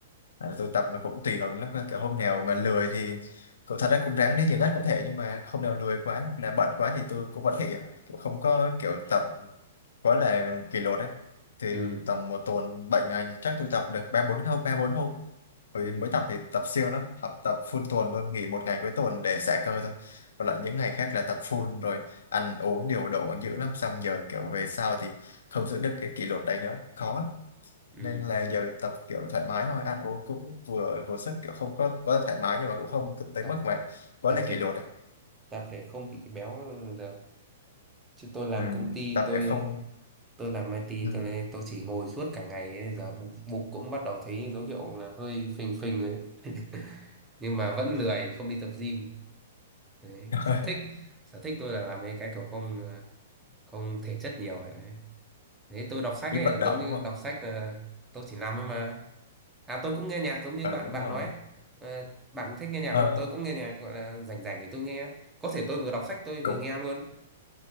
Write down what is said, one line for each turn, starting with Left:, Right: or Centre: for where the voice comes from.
Left: Tại vì tôi tập nó cũng tùy hứng lắm cơ. Kiểu hôm nào mà lười thì cậu thật ra cũng ráng đi nhiều nhất có thể nhưng mà hôm nào lười quá hoặc là bận quá thì tôi cũng vẫn nghỉ ạ. Kiểu không có kiểu tập quá là kỷ luật ấy thì
Right: Ừ.
Left: tầm một tuần 7 ngày chắc tôi tập được ba bốn hôm ba bốn hôm rồi
Right: Ừ.
Left: mới tập thì tập siêng lắm học tập full tuần luôn nghỉ một ngày cuối tuần để xả cơ thôi còn lại những ngày khác là tập full rồi ăn uống điều độ dữ lắm xong giờ kiểu về sau thì không giữ được cái kỷ luật đấy nữa khó lắm
Right: Ừ.
Left: nên là giờ tập kiểu thoải mái thôi ăn uống cũng vừa vừa sức kiểu không có có thoải mái nhưng mà cũng không tới
Right: tập
Left: mức mà quá
Right: tập
Left: là
Right: để
Left: kỷ luật ấy.
Right: tập để không bị béo được chứ tôi làm
Left: Ừ,
Right: công ty
Left: tập
Right: tôi
Left: để không
Right: tôi làm IT
Left: ừ,
Right: tôi lên tôi chỉ ngồi suốt cả ngày ấy, giờ bụng, bụng cũng bắt đầu thấy dấu hiệu là hơi phình phình rồi đấy. <laughs> nhưng mà vẫn lười không đi tập gym đấy
Left: <laughs>
Right: sở thích sở thích tôi là làm mấy cái kiểu không à, không thể chất nhiều ấy đấy. thế tôi đọc sách
Left: đi
Right: ấy
Left: vận động
Right: giống như
Left: đúng không?
Right: đọc sách là tôi chỉ nằm ấy mà À tôi cũng nghe nhạc giống như
Left: Ừ
Right: bạn
Left: đúng
Right: bạn
Left: rồi.
Right: nói ấy. Ờ, bạn thích nghe nhạc
Left: Ờ,
Right: đúng không? Tôi cũng nghe nhạc gọi là rảnh rảnh thì tôi nghe. Có thể tôi vừa đọc sách tôi vừa
Left: cũng
Right: nghe luôn.